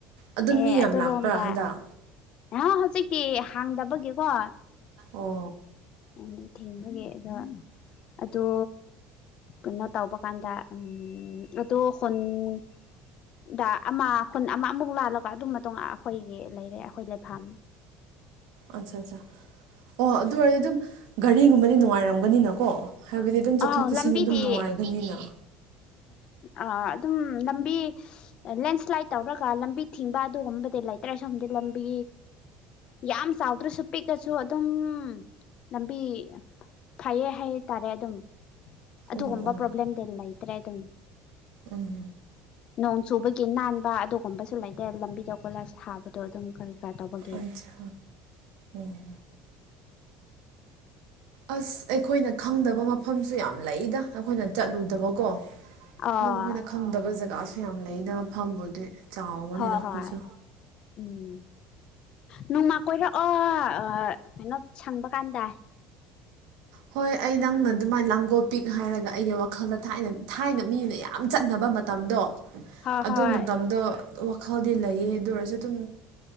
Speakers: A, on the right; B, on the left.
A: ꯑꯗꯨꯝ
B: ꯑꯦ
A: ꯃꯤ ꯌꯥꯝ
B: ꯑꯗꯨꯔꯣꯝꯗ
A: ꯂꯥꯛꯄ꯭ꯔꯥ ꯍꯟꯗꯛ
B: ꯅꯍꯥ ꯍꯧꯖꯤꯛꯇꯤ ꯍꯥꯡꯗꯕꯒꯤꯀꯣ
A: ꯑꯣ
B: ꯑꯗꯨ ꯊꯤꯡꯕꯒꯤ ꯑꯗꯣ ꯑꯗꯨ ꯀꯩꯅꯣ ꯇꯧꯕ ꯀꯥꯟꯗ ꯎꯝ ꯑꯗꯨ ꯈꯨꯨꯟꯗ ꯑꯃ ꯍꯨꯟ ꯑꯃꯃꯨꯛ ꯂꯥꯜꯂꯒ ꯑꯗꯨ ꯃꯇꯨꯡ ꯑꯩꯈꯣꯏꯒꯤ ꯂꯩꯔꯦ ꯑꯩꯈꯣꯏ ꯂꯩꯐꯝ
A: ꯑꯠꯆꯥ ꯑꯠꯆꯥ ꯑꯣ ꯑꯗꯨ ꯑꯣꯏꯔꯗꯨꯝ ꯒꯥꯔꯤꯒꯨꯝꯕꯗꯤ ꯅꯨꯡꯉꯥꯏꯔꯝꯒꯅꯤꯅꯀꯣ ꯍꯥꯏꯕꯗꯤ ꯑꯗꯨꯝ ꯆꯠꯊꯣꯛ
B: ꯑꯥꯎ
A: ꯆꯠꯁꯤꯟ
B: ꯂꯝꯕꯤꯗꯤ
A: ꯑꯗꯨꯝ ꯅꯨꯡꯉꯥꯏꯒꯅꯤꯅ
B: ꯑ ꯑꯗꯨꯝ ꯂꯝꯕꯤ ꯂꯦꯟꯁ꯭ꯂꯥꯏꯠ ꯇꯧꯔꯒ ꯂꯝꯕꯤ ꯊꯤꯡꯕ ꯑꯗꯨꯒꯨꯝꯕꯗꯤ ꯂꯩꯇ꯭ꯔ ꯁꯣꯝꯗꯤ ꯂꯝꯕꯤ ꯌꯥꯝ ꯆꯥꯎꯗ꯭ꯔꯁꯨ ꯄꯤꯛꯂꯁꯨ ꯑꯗꯨꯝ ꯂꯝꯕꯤ ꯐꯩꯌꯦ ꯍꯥꯏꯇꯥꯔꯦ ꯑꯗꯨꯝ ꯑꯗꯨꯒꯨꯝꯕ
A: ꯎꯝ ꯎꯝ
B: ꯄ꯭ꯔꯣꯕ꯭ꯂꯦꯝꯗꯤ ꯂꯩꯇ꯭ꯔꯦ ꯑꯗꯨꯝ
A: ꯎꯝ
B: ꯅꯣꯡ ꯆꯨꯕꯒꯤ ꯅꯥꯟꯕ ꯑꯗꯨꯒꯨꯝꯕꯁꯨ ꯂꯩꯇꯦ ꯂꯝꯕꯤꯗ ꯀꯣꯂꯥꯁ ꯊꯕꯗꯣ ꯑꯗꯨꯝ ꯀꯔꯤ ꯀꯔꯥ ꯇꯧꯕꯒꯦ
A: ꯑꯠꯆꯥ ꯎꯝ ꯑꯁ ꯑꯩꯈꯣꯏꯅ ꯈꯪꯗꯕ ꯃꯐꯝꯁꯨ ꯌꯥꯝ ꯂꯩꯗ ꯑꯩꯈꯣꯏꯅ ꯆꯠꯂꯨꯗꯕꯀꯣ ꯑꯗꯨꯝ
B: ꯑꯥ
A: ꯑꯩꯈꯣꯏꯅ ꯈꯪꯗꯕ ꯖꯒꯥꯁꯨ ꯌꯥꯝ ꯂꯩꯗ ꯃꯐꯝꯕꯨꯗꯤ ꯆꯥꯎꯕꯅꯤꯅ
B: ꯍꯣꯏ
A: ꯑꯩꯈꯣꯏꯁꯨ
B: ꯍꯣꯏ ꯎꯝ ꯅꯣꯡꯃ ꯀꯣꯏꯔꯛꯑꯣ ꯑ ꯀꯩꯅꯣ ꯁꯪꯕ ꯀꯥꯟꯗ
A: ꯍꯣꯏ ꯑꯩ ꯅꯪꯅ ꯑꯗꯨꯃꯥꯏ ꯂꯥꯡꯒꯣꯜ ꯄꯤꯛ ꯍꯥꯏꯔꯒ ꯑꯩꯒꯤ ꯋꯥꯈꯜꯗ ꯊꯥꯏꯅ ꯊꯥꯏꯅ ꯃꯤꯅ ꯌꯥꯝ ꯆꯠꯅꯕ ꯃꯇꯝꯗꯣ
B: ꯍꯣꯏ
A: ꯑꯗꯨ
B: ꯍꯣꯏ
A: ꯃꯇꯝꯗꯣ ꯋꯥꯈꯜꯗꯤ ꯂꯩꯌꯦ ꯑꯗꯨ ꯑꯣꯏꯔꯁꯨ ꯗꯨꯝ